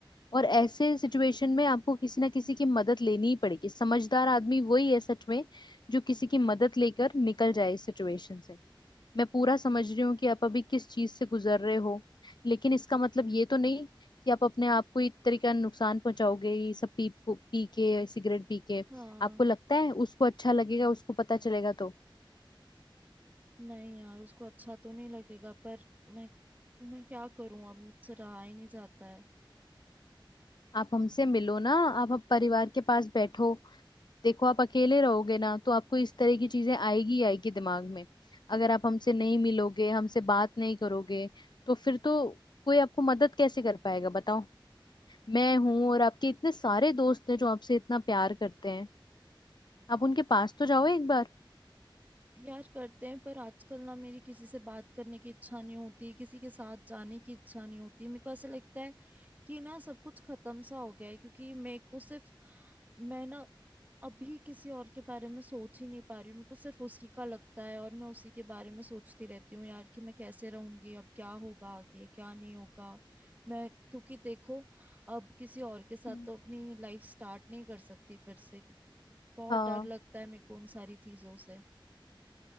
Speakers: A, on the left; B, on the right.
A: और ऐसे सिचुएशन में आपको किसी ना किसी की मदद लेनी ही पड़ेगी समझदार आदमी वही है सच में जो किसी की मदद लेकर निकल जाए इस सिचुएशन से मैं पूरा समझ रही हूँ कि आप अभी किस चीज से गुजर रहे हो लेकिन इसका मतलब ये तो नहीं कि आप अपने आप को इस तरीके का नुकसान पहुंचाओगे ये सब पी पी के सिगरेट पी के
B: हाँ
A: आपको लगता है उसको अच्छा लगेगा उसको पता चलेगा तो
B: नहीं यार उसको अच्छा तो नहीं लगेगा पर मैं मैं क्या करूं अब मुझसे रहा ही नहीं जाता है
A: आप हमसे मिलो ना आप, आप परिवार के पास बैठो देखो आप अकेले रहोगे ना तो आपको इस तरह की चीजें आएगी ही आएगी दिमाग में अगर आप हमसे नहीं मिलोगे हमसे बात नहीं करोगे तो फिर तो कोई आपको मदद कैसे कर पाएगा बताओ मैं हूं और आपके इतने सारे दोस्त हैं जो आपसे इतना प्यार करते हैं आप उनके पास तो जाओ एक बार
B: यार करते हैं पर आजकल ना मेरी किसी से बात करने की इच्छा नहीं होती किसी के साथ जाने की इच्छा नहीं होती मेरे को ऐसा लगता है कि ना सब कुछ खत्म सा हो गया है क्योंकि मेरे को सिर्फ मैं ना अभी किसी और के बारे में सोच ही नहीं पा रही हूँ मेरे को सिर्फ उसी का लगता है और मैं उसी के बारे में सोचती रहती हूँ यार कि मैं कैसे रहूंगी अब क्या होगा आगे क्या नहीं होगा मैं क्योंकि देखो अब किसी और के साथ
A: हम्म,
B: तो अपनी लाइफ स्टार्ट नहीं कर सकती फिर से क्योंकि बहुत
A: हाँ
B: डर लगता है मेरे को उन सारी चीजों से